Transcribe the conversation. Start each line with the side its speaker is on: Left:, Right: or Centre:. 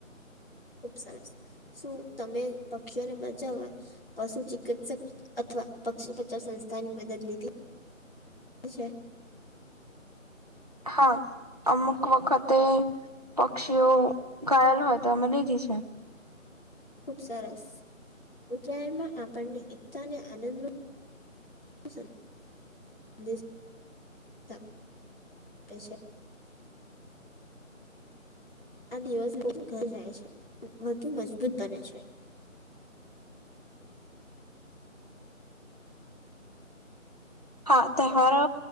Left: ખુબ સરસ શું તમે પક્ષીઓને બચાવવા પશુ ચિકિત્સક અથવા પક્ષી બચાવ સંસ્થા ની મદદ લીધી <inaudible> છે
Right: હા અમુક વખતે પક્ષીઓ ઘાયલ હોય તો અમે લઈ જઇએ છે
Left: ખુબ સરસ ઉત્તરાયણ માં આપણને એકતા ને આનંદ નો હ સર <unintelligible> <inaudible> આ દિવસ લોકો <unintelligible> ઘર જાય છે વધુ મજબૂત બને છે
Right: હા તહેવારો